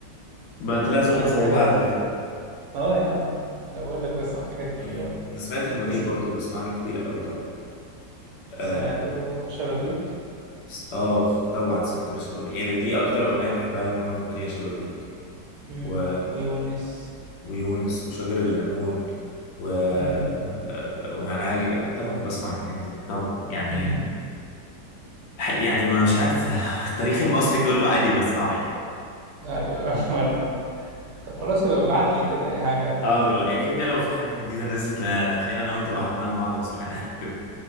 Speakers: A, on the left; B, on the right.
A: بقى طلع ذوقنا
B: سمعت
A: زي
B: حاجة
A: بعض يعني
B: اه يا عم انا بقول لك بسمع حاجات كتير
A: مم.
B: اوي
A: انا سمعت المنير
B: تسمع
A: برضو بسمع له كتير قوي طبعا اه
B: سمعت له شبابيك
A: س- آه، طبعا سمعت له شبابيك يعني دي اكتر اغنيه بحبها لمحمد منير يا شبابيك
B: امم
A: و
B: ويونس
A: ويونس وشجر الليمون و... آه،
B: اه
A: ونعناع طبعا بسمع الحاجات دي طبعا يعني
B: امم
A: يعني مش عارف <laughs> التاريخ المصري كله عادي بسمعه يعني
B: ايوه <laughs> وانا برضه طب
A: طب.
B: خلاص يبقى ابعت لي كده اي حاجه تاني
A: اه دلوقتي يعني كده كده لو في حاجة جديدة نزلت لا- تلاقينا انا وانت بعتناها لبعض وسمعناها كده